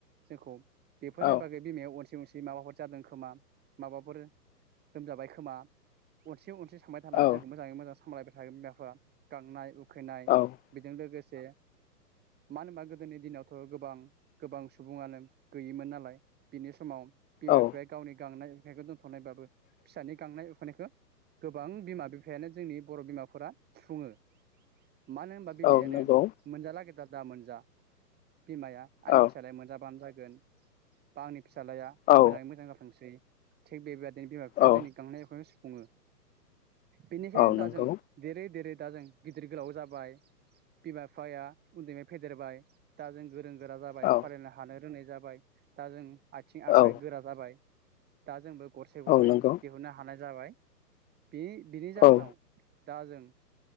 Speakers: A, on the right (about 20°); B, on the left (about 20°).
A: जोंखौ । बेफोरनि
B: औ
A: बागै बिमायाव अनसि अनसि बि माबाफोर जादों खोमा माबाफोर लोमजाबाय खोमा अनसि अनसि थांबाय थाना
B: औ
A: जोंखौ मोजाङै मोजां सामलायबाय <unintelligible> गांनाय उ खैनाय
B: औ
A: बेजों लोगोस दे मानो ओमबा गोदोनि दिनाव थ गोबां गोबां सुबुङानो गैयोमोन नालाय बिनि समाव बिमा
B: औ
A: बिफाया गावनि गांनाय <unintelligible> दोन्थनायबाबो फिसानि गांनाय उखैनायखौ गोबां बिमा बिफायानो जोंनि बर' बिमाफोरा सुफुङो । मानो होमबा बिमायानो
B: औ नंगौ
A: मोनजालागै दा दा मोनजा । बिमाया आंनि
B: औ
A: फिसालाया मोनजाबानो जाग गोन बा आंनि फिसालाया
B: औ
A: मोजाङै मोजां जाथोंसै थिग बेबाय <unintelligible> बिमा बिफाया
B: औ
A: जोंनि गांनाय उखैनाय सु फुङो। बेनिखायनो
B: औ
A: दा
B: नंगौ
A: जों देरै देरै दा जों गिदिर गोलाव जाबाय बिमा बिफाया उन्दैनिफ्राय फेदेरबाय दा जों गोरों गोरा जाबाय
B: औ
A: फरायनो हानो रोंनाय जाब बाय दा जों आथिं आखाइ
B: औ
A: गोरा जाबाय दा जोंबो गरसे गरनै
B: औ नंगौ
A: दिहुननो हानाय जाबाय। बे बिनि जाहोनाव
B: औ
A: दा जों